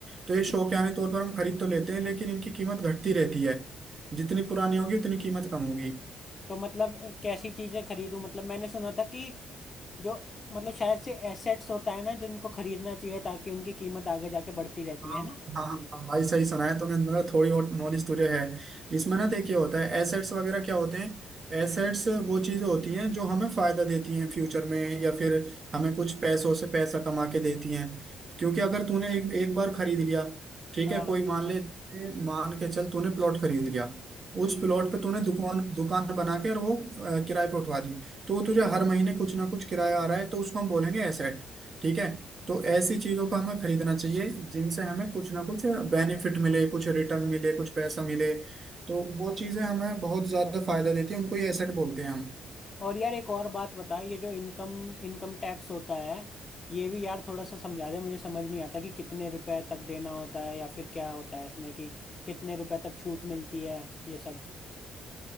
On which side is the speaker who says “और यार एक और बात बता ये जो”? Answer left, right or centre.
Left